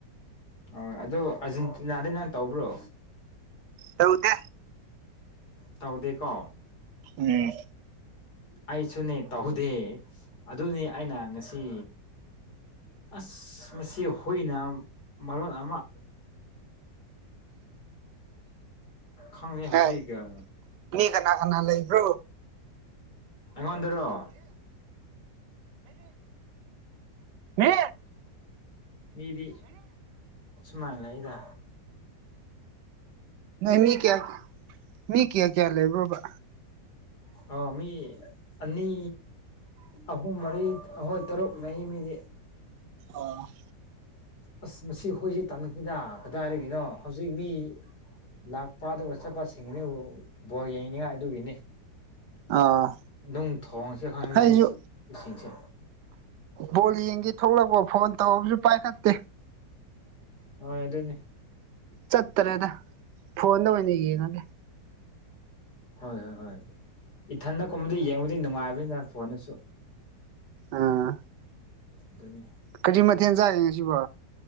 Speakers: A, on the left (about 60°); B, on the right (about 75°).
A: ꯑ ꯑꯗꯨꯗꯣ ꯑꯔꯖꯦꯟꯇꯤꯅꯥꯗꯩ ꯅꯪ ꯇꯧꯕ꯭ꯔꯣ
B: ꯇꯧꯗꯦ
A: ꯇꯧꯗꯦꯀꯣ
B: ꯎꯝ
A: ꯑꯩꯁꯨꯅꯦ ꯇꯧꯧꯗꯦ ꯑꯗꯨꯅꯤ ꯑꯩꯅ ꯉꯁꯤ ꯑꯁ ꯃꯁꯤ ꯍꯨꯏꯅ ꯃꯔꯣꯟ ꯑꯃ ꯈꯪꯉ ꯍꯧꯖꯤꯛꯒ
B: ꯑꯦ ꯃꯤ ꯀꯅꯥ ꯀꯅꯥ ꯂꯩꯕ꯭ꯔꯣ
A: ꯑꯩꯉꯣꯟꯗꯔꯣ
B: ꯃ
A: ꯃꯤꯗꯤ ꯁꯃꯥꯏ ꯂꯗ
B: ꯅ ꯃꯤ ꯀꯌꯥꯌꯥ ꯃꯤ ꯀꯌꯥ ꯀꯌꯥ ꯂꯩꯕꯕꯥ
A: ꯑ ꯃꯤ ꯑꯅꯤ ꯑꯍꯨꯝ ꯃꯔꯤ ꯑꯩꯍꯣꯏ ꯇꯔꯨꯛ ꯂꯩ ꯃꯤꯗꯤ
B: ꯑꯣ
A: ꯑꯁ ꯃꯁꯤ ꯑꯩꯈꯣꯏꯁꯤ ꯇꯥꯟꯅꯈꯤꯗ ꯀꯗꯥꯏꯔꯤꯒꯤꯅꯣ ꯍꯧꯖꯤꯛ ꯃꯤ ꯂꯥꯛꯄ ꯑꯗꯨꯒ ꯆꯠꯄ ꯁꯤꯡꯅꯤ ꯕꯣꯜ ꯌꯦꯡꯅꯤꯉꯥꯏ ꯑꯗꯨꯒꯤꯅꯤ
B: ꯑꯥ
A: ꯅꯝ ꯊꯁꯦ ꯈꯪ
B: ꯑꯩꯁꯨ
A: ꯁꯤ ꯏꯁꯦ
B: ꯕꯣꯜ ꯌꯦꯡꯒꯦ ꯊꯣꯛꯂꯛꯄ ꯐꯣꯟ ꯇꯧꯕꯁꯨ ꯄꯥꯏꯈꯠꯇꯦ
A: ꯍ ꯑꯗꯨ ꯑꯗꯨꯅꯦ
B: ꯆꯠꯇ꯭ꯔꯦꯗ ꯐꯣꯟꯗ ꯑꯣꯏꯅ ꯌꯦꯡꯉꯒꯦ
A: ꯍꯣꯏ ꯍꯣꯏ ꯍꯣꯏ ꯏꯊꯗ ꯀꯨꯝꯕꯗ ꯌꯦꯡꯕꯗꯤ ꯅꯨꯡꯉꯥꯏꯕꯅꯤꯗ ꯐꯣꯟꯅꯁꯨ
B: ꯑꯥ
A: ꯑꯗꯨꯅꯤ
B: ꯀꯖꯤ ꯃꯊꯦꯜ ꯆꯥꯛꯏꯦ ꯉꯁꯤꯕꯣ